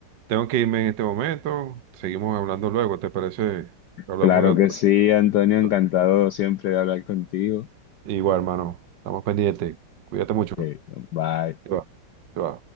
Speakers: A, on the right; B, on the left.
A: tengo que irme en este momento. Seguimos hablando luego, ¿te parece? Hablamos
B: Claro
A: de otro
B: que sí, Antonio,
A: tema.
B: encantado siempre de hablar contigo.
A: Igual, hermano. Estamos pendientes. Cuídate mucho.
B: Ok, bye.
A: Te va. Te va.